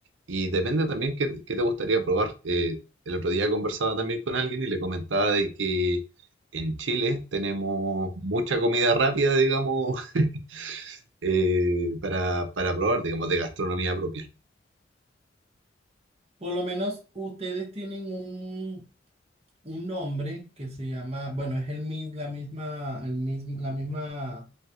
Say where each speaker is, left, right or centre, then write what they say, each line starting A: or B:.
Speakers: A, on the right; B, on the right.
A: Y depende también qué, qué te gustaría probar. Eh, el otro día conversaba también con alguien y le comentaba de que en Chile tenemos mucha comida rápida, digamos, <laughs> eh, para, para probar, digamos, de gastronomía propia.
B: Por lo menos ustedes tienen un, un hombre que se llama, bueno, es el, mis- la misma, el mismo, la misma